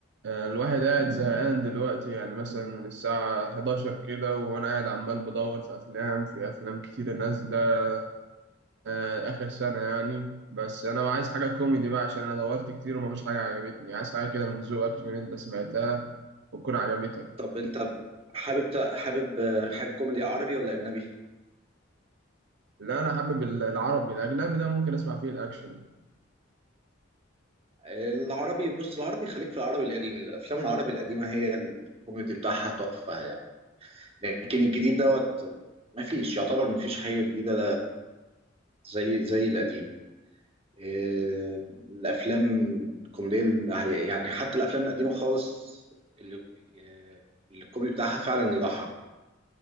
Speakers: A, on the right (about 65°); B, on the right (about 30°).
A: آه، الواحد قاعد زهقان دلوقتي يعني مثلا من الساعة 11 كده وأنا قاعد عمال بدور في أفلام في أفلام كتيرة نازلة آه، آخر سنة يعني بس أنا عايز حاجة كوميدي بقى عشان أنا دورت كتير ومفيش حاجة عجبتني عايز حاجة كده من ذوقك تكون أنت سمعتها وتكون عجبتك
B: طب انت حابب حابب آه، حاجه كوميدي عربي ولا اجنبي
A: لا أنا حابب ال- العربي الأجنبي ده ممكن أسمع فيه الأكشن
B: العربي بص العربي خليك في العربي القديم الافلام العربي القديمه هي الكوميدي بتاعها تحفه يعني لكن الجديد دوت ما فيش يعتبر ما فيش حاجه جديده زي زي القديم آه، الافلام الكوميديه اللي- يعني حتى الافلام القديمه خالص اللي آه، اللي الكوميدي بتاعها فعلا يضحك